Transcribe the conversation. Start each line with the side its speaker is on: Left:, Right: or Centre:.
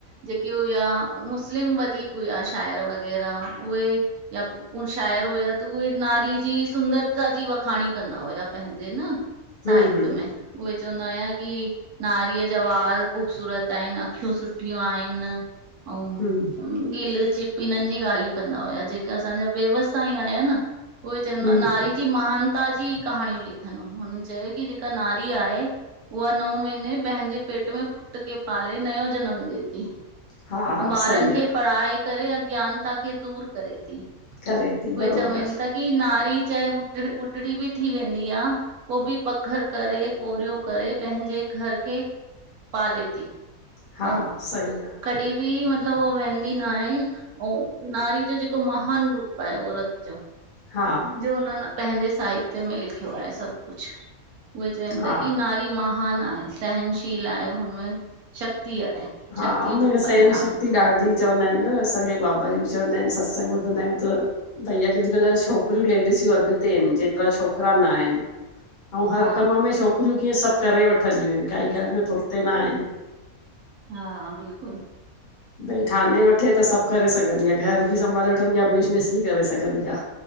Right: जेके हुया मुस्लिम वधीक हुया श शायर वग़ैरह उहे या प उ शायर हुया त उहे नारी जी सुंदरता जी वखांणी कंदा हुया पंहिंजे न। सहित्य
Left: हूं हूं
Right: में उहे चवंदा हुया की, नारीअ जा वार ख़ूबसूरत आहिन, अखियूं सुठियूं आहिनि, अंउं
Left: हूं
Right: गिल चिट इनन्हनि जी ॻाल्हियुं कंदा हुया, जेके असांजा वेवसांई आया न उहे चवंदा
Left: हूं
Right: आहिनि नारी जी महानता जी कहाणियूं लिखनि, हुननि चयो की जेका नारी आहे उहा नओं महीने पंहिंजे पेट में पुट्र खे पाले नयों जनमु ॾिये ती।
Left: हा हा
Right: अंउं ॿारनि
Left: सही
Right: खे
Left: आ
Right: पढ़ाए करे अग् अज्ञानता खे दूर करे ती,
Left: करे थी
Right: उहे
Left: बरोबर
Right: चवेनि ता की की नारी चाहे ॿुढ ॿुढड़ी बि थी वेंदी आ पो बि पघर करे पोरियो करे पंहिंजे घर खे पाले ती।
Left: हा
Right: अऊं
Left: सही आ
Right: कॾीहिं बि मतलबु उहा वेहिंदी ना हे अंउं नारी जो जेको महान रूप आहे औरत जो
Left: हा।
Right: जो हुननि पंहिंजे साहित्य में लिखियो आहे सभु कुछ। उहे चवेनि
Left: हा
Right: ता की नारी महान आहे, सहनशील आहे, हुनमें शक्ति आहे।
Left: हा
Right: शक्ति
Left: हुनखे
Right: रूप आहे
Left: सहन
Right: नारी
Left: शक्ती ॾाढी चवंदा हिनि न असांखे बाबा जी बि चवंदा हिनि सत्संग ॿुधंदा हियूं त भई अॼुकल्ह छोकिरियूं लेडीसियूं अॻिते इन जेतिरा छोकिरा ना हिनि। अऊं हर
Right: हा
Left: कम में छोकिरियूं कीअं सभ करे वठंदियूं हिनि, काई ॻाल्हि में पुरते ना हिनि।
Right: हा बिलकुल।
Left: भई ठाने वठे त सभु करे सघंदी आ घर बि संभाले वठंदी आ, बिज़नेस बि करे सघंदी आ।